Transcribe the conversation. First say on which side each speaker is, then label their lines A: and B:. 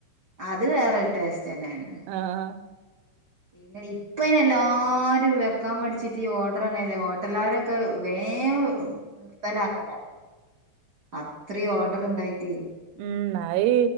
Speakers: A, on the right; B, on the right.
A: അത് വേറൊരു ടേസ്റ്റെന്നെണ്
B: ആ ആ
A: ഇങ്ങനെ ഇപ്പയ്ന് എല്ലാരും വെക്കാ മടിച്ചിട്ട് ഈ ഓഡറാനല്ലോ ഹോട്ടലാരൊ ക്കെ വേം നിർത്തലാക്കലപ്പൊ അത്രീ ഓഡർണ്ടായിറ്റെ
B: ഉം അത്